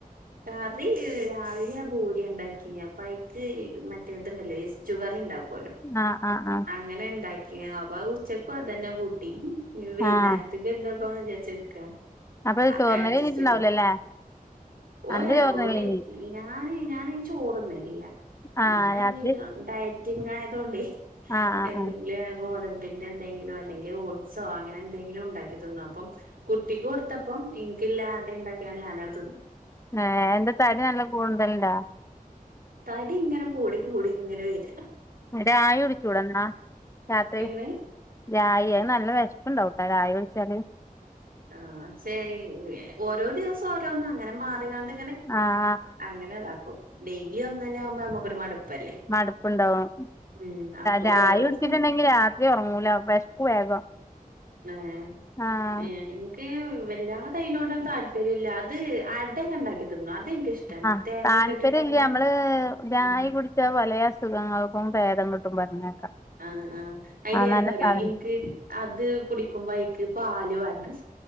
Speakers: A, on the right; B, on the left.
A: കറി രാവിലെ ആ പൂരി ഉണ്ടാക്കി അപ്പൊ അയ്ക്ക് മറ്റേതുണ്ടല്ലോ ഷുഗർ ഇണ്ടാവാക്കുമല്ലോ
B: ആഹ് ആഹ് ആഹ്
A: അങ്ങനെ ഇണ്ടാക്കിയ അപ്പൊ ഉച്ചക്കും അത് തന്നെ കൂട്ടി -ഇനി വൈകുന്നേരത്ത്
B: ആഹ്
A: എന്താ ഉണ്ടാക്കണോന്ന് വിചാരിച്ച് നിക്ക്‌വ
B: അപ്പൊ
A: അതാ
B: ചോറിന്നല്
A: അഡ്ജസ്റ്റ്
B: കഴിഞ്ഞിട്ടുണ്ടാവൂലല്ലേ
A: ചെയ്തോ ഓവേ
B: അന്റെ ചോറിന്നല്
A: ഓന്
B: കഴിഞ്ഞ്
A: - ഞാന് ഞാന് ഇന്ന് ചോറ് തിന്നിട്ടില്ല
B: ആഹ്
A: ഞാന്
B: രാത്രി
A: ഇങ്ങനെ ഡയറ്റിങ് ആയതൊകൊണ്ടേ
B: ആഹ് ആഹ്
A: എന്തെിങ്കിലും
B: ആഹ്
A: ഗോ <unintelligible> പിന്നെ എന്തെങ്കിലും അല്ലെങ്കിൽ ഓട്സോ അങ്ങനെ എന്തെങ്കിലും ഉണ്ടാക്കി തിന്നും അപ്പം കുട്ടി- കൊടുത്തപ്പോ ഇല്ല അട ഉണ്ടാക്കിയാണ് ഞാന് അങ്ങട് തിന്ന്
B: ഏ എന്റെ തരി നല്ല കൂടുതല <unintelligible> ല്ലാ
A: തടി ഇങ്ങനെ കൂടി കൂടി ഇങ്ങനെ വര്ക
B: ന്റെരാ <unintelligible> യി ടിച്ചൂടന്നാ രാത്രി
A: എങ്ങനെ
B: രാവിലെ നല്ല വിശപ്പ് ഉണ്ടാവും കേട്ടോ രാവിലെ കുടിച്ചാല്
A: ആഹ് ശെ ഓരോ ദിവസം ഓരോന്നങ്ങനെ മാറിക്കാണ്ട്
B: ആഹ്
A: അങ്ങനെതാക്കും ഡെയിലി ഒന്ന് തന്നെ ആകുമ്പേ നമുക്കൊരു മടുപ്പല്ലേ
B: മടുപ്പുണ്ടാവും
A: ഉം അപ്പൊ
B: രാ
A: ഓരോ
B: <unintelligible>
A: ദിവസം
B: യി കുടിച്ചിട്ടുണ്ടെങ്കി രാത്രി ഉറങ്ങൂല വെശ്ക്കു വേഗം
A: ഏ
B: ആഹ്
A: ഏ നിക്ക് വല്ലാതെ അതിനോട് ഒന്നും താല്പര്യം ഇല്ല അത് അടയൊക്കെ ഉണ്ടാക്കി തിന്നും അതെനിക്ക്‌ ഇഷ്ടണ്
B: ആഹ്
A: തേങ്ങക്കെയിട്ടിട്ട്
B: താല്പര്യം
A: അങ്ങനെ
B: ഇല്ല നമ്മള് രായി
A: ആ-
B: കുടിച്ചാ പല അസുഖങ്ങൾക്കും ഭേദം കിട്ടും പറഞ്ഞേക്കാം
A: ആഹ് ആഹ് അയിന്
B: ആഹ്
A: എന്താറിയോ
B: നല്ല സാധ
A: ഇൻക്ക് അത് കുടിക്കുമ്പോ എനക്ക് പാല് വെണം